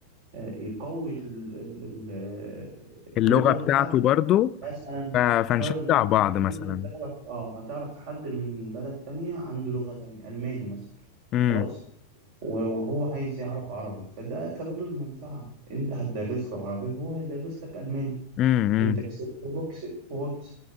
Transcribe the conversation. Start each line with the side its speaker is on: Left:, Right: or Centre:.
Right: آه، يقوي ال- ال- ال- آه،
Left: اللغة
Right: اللغة
Left: بتاعته
Right: بتاعته
Left: برضو
Right: مثلا
Left: ف- فنشجع
Right: افترض ان انت
Left: بعض
Right: إن
Left: مثلا
Right: إنت هتعرف اه هتعرف حد من بلد تانية عنده لغة تانية ألماني مثلا
Left: امم
Right: خلاص وهو عايز يعرف عربي فده تبادل منفعة انت هتدرس له عربي هو هيدرس لك ألماني
Left: امم
Right: انت كسبت وهو كسب وهو كسب